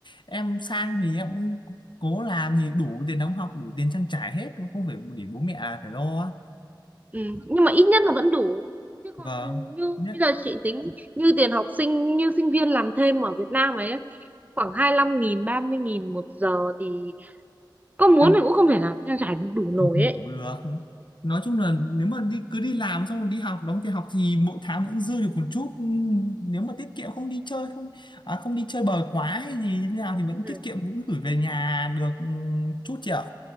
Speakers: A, on the left; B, on the right.
A: em sang thì em cũng cố làm thì đủ tiền đóng học đủ tiền trang trải hết không phải để bố mẹ phải lo
B: ừ. nhưng mà ít nhất là vẫn đủ chứ còn
A: vâng
B: như
A: nhất
B: bây giờ chị tính như tiền học sinh như sinh viên làm thêm ở Việt Nam ấy khoảng hai lăm nghìn ba mươi nghìn một giờ thì có muốn
A: Vâng.
B: thì cũng không thể nào trang trải đủ
A: không
B: nổi
A: đủ
B: ấy
A: được nói chung là nếu mà đi cứ đi làm xong rồi đi học đóng tiền học thì mỗi tháng vẫn dư được một chút Ừm, nếu mà tiết kiệm không đi chơi không à, không đi chơi bời quá hay gì thế nào thì vẫn
B: ừ.
A: tiết kiệm vẫn gửi về nhà được ừm, chút chị ạ